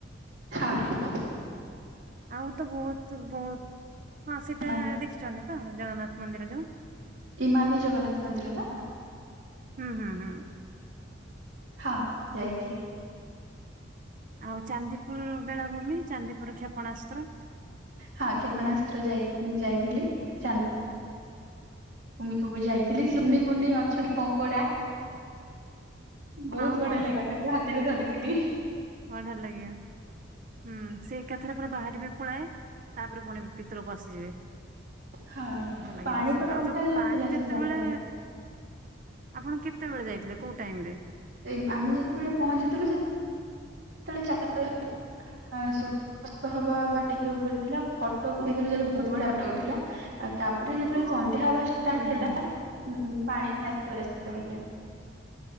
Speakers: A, on the right; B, on the right.
A: ଛାଆ
B: ଆଉ ତ ବହୁତ ବହୁତ ହଁ ସେଟା
A: ମାମି
B: ଦେଖିଛନ୍ତି ତ ଜଗନ୍ନାଥ ମନ୍ଦିର ଯୋଉ।
A: ଇମାମି ଜଗନ୍ନାଥ ମନ୍ଦିର ତ।
B: ହୁଁ, ହୁଁ, ହୁଁ।
A: ହଁ ଯାଇଥିଲି।
B: ଆଉ ଚାନ୍ଦିପୁର ବେଳାଭୂମି, ଚାନ୍ଦିପୁର କ୍ଷେପଣାସ୍ତ୍ର।
A: ହଁ କ୍ଷେପଣାସ୍ତ୍ର ଯାଇ ଯାଇଥିଲି ଚାନ୍ଦ ପମି ଯାଇଥିଲି ଶୁନି କୁନି ଅଛନ୍ତି କଙ୍କଡା। ବହୁତ
B: ହଁ
A: ବଢିଆ
B: ହଁ।
A: ଲାଗା ତାଙ୍କୁ ହାତରେ ଧରିଥିଲି।
B: ବଢିଆ ଲାଗିବ। ହୁଁ ସେ ଏକାଥାରେ ପୁରା ବାହାରିବେ ପୁଳାଏ ତାପରେ ପୁଣି ଭିତର ପସିଯିବେ।
A: ହଁ
B: ଭଲ୍ ଲାଗେ
A: ପାଣି
B: ଦେଖିବାକୁ
A: ତ
B: ଆଉ
A: ଟୋଟାଲ
B: ଯୋଉ
A: ନଥିଲା
B: ପାଣି ଯେତେବେଳେ
A: ସେ ଜାଗାରେ
B: ଆପଣ କେତେବେଳେ ଯାଇଥିଲେ କୋଉ ଟାଇମ ରେ
A: ଏ ଆମେ ଯେତେବେଳେ ପହଞ୍ଚିଥିଲୁ ସେତେବେଳେ ଚାରିଟା ଭଳିଆ ହଁ ସୁ ସମ୍ପର୍କ ହବା ବା ଟିକେ ଉପରେ ଥିଲା ଫଟୋ ପୁରେଇଦେଲୁ ଯେ ବହୁତ ବଢିଆ ଫଟୋ ଉଠିଲା। ଆଉ ତାପରେ ଯେତେବେଳେ ସନ୍ଧ୍ୟା ହବା ସ୍କାଟ
B: ହୁଁ ହୁଁ
A: ହେଲା ପାଣି ଆସିଗଲା ସେତେବେଳେ